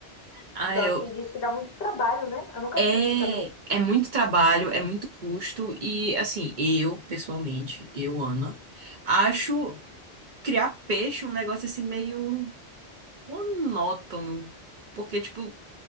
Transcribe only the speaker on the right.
Ah,
eu.
É,
é muito trabalho, é muito custo e, assim, eu, pessoalmente, eu, Ana, acho criar peixe um negócio assim meio. monótono. Porque, tipo,